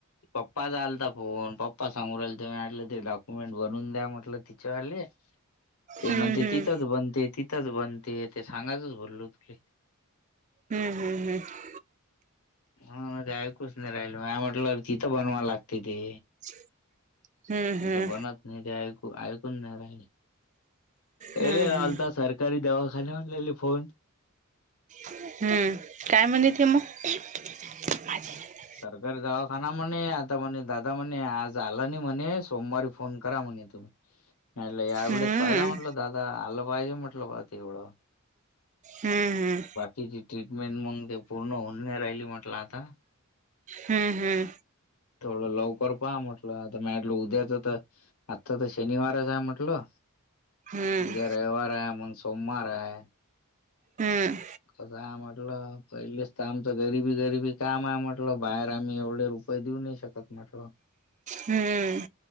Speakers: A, on the left; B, on the right.
A: पप्पा चा आलता फोन पप्पा सांगू रायले ते <unintelligible> डॉ मेंट बनवून द्या म्हटलं तिच्यावाले ते
B: हम्म
A: म्हणते
B: हम्म
A: तिथंच बनते तिथंच बनते ते सांगातच बोललो तु की
B: हम्म हम् हम्म
A: हा ते ऐकूच नाही राहिल म म्हटलं अ तिथं बनवाय लागते ते
B: <inaudible> हम्म हम्म
A: इथ बनत नाही ते ऐकू ऐकून नाही राहिले
B: हम्म हम्म
A: रालता
B: हम्म
A: सार तरी दवाखानेवर लेले फोन
B: हम्म काय म्हणिती मग <unintelligible>
A: सरकारी दवाखाना म्हणे आता म्हणे दादा म्हणे आज आला नाही म्हणे सोमवारी फोन करा म्हणे तुम्ही म्हलं यावेेळेस
B: हम्म
A: पाहिदा म्हटलं दादा अल्लं पाहिजे म्हटलं पा ते एवढं
B: हम्म हम्
A: तीची ट्रीटमेंट मग ते पूर्ण होऊ नाही राहिली म्हटलं आता
B: हम्म हम्म
A: थोडं लवकर पहा म्हटलं आता माटलं उद्याच तर आता तर शनिवारच आहे म्हटल उद्या
B: हम्म
A: रविवार आहे मग सोमवार हाय
B: हम्म
A: आहेय म्हटलं पहिलेच तर आमच गरीबी गरीबी काम आहे म्हटलं बाहेर आम्ही एवढे रुप - पय देऊ नाही शकत म्हटल
B: हम्म